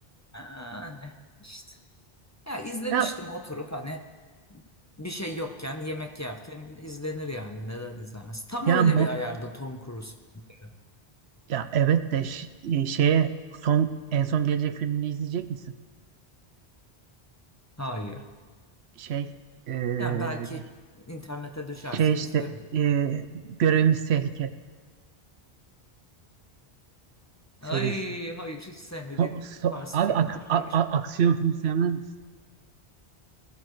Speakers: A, on the left (about 20°); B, on the right (about 85°).
A: Yani işte. Ya izlemiştim
B: Ya
A: oturup hani bir şey yokken yemek yerken izlenir yani neden izlenmez. Tam
B: ya
A: öyle
B: mo-
A: bir ayarda Tom Cruise. filmleri.
B: ya evet de ş- e, şeye son en son gelecek filmini izleyecek misin?
A: Hayır.
B: Şey e, ne-
A: Yani belki internete düşerse
B: şey işte
A: izlerim.
B: e, Görevimiz Tehlike
A: Ay
B: serisi.
A: hayır hiç sevmediğim
B: So- so-
A: tarz
B: abi
A: filmler
B: ak-
A: hayır.
B: a- a- aksiyon filmi sevmez misin?